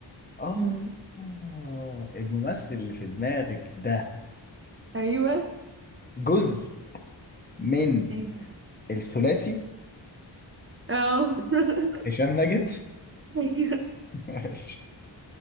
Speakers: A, on the left; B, on the right.
A: آه
B: مم.
A: آه، الممثل اللي في دماغك ده
B: ايوه
A: جزء من
B: ايه ده
A: الثلاثي
B: اه <laughs>
A: هشام ماجد
B: أيوة.
A: <laughs> ماشي.